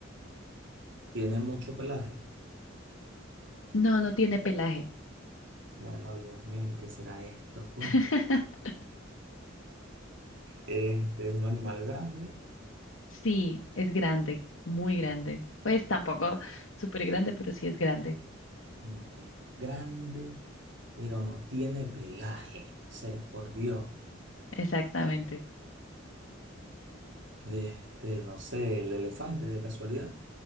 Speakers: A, on the right (about 65°); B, on the left (about 65°).
A: tiene mucho pelaje.
B: No, no tiene pelaje.
A: Bueno, Dios mío, ¿qué será esto? <laughs> Pues,
B: <laughs>
A: este es un animal grande,
B: Sí, es grande, muy grande. Pues tampoco súper grande, pero sí es grande.
A: imagínate, grande, pero no tiene pelaje. Sí, por Dios.
B: Exactamente.
A: De este, no sé, el elefante de casualidad.